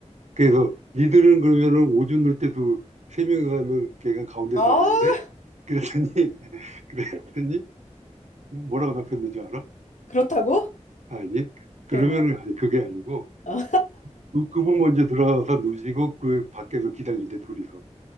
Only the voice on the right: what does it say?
그래서 니들은 그러면은 오줌 을 때도 세 명이서 하면 걔가 가운데
서야겠네? 그랬더니 <laughs> 그랬더니 뭐라고 답했는지 알아?
아니
그러면은 아니 그게 아니고
그- 그분 먼저 들어가서 누시고 그 밖에서 기다리는데 둘이서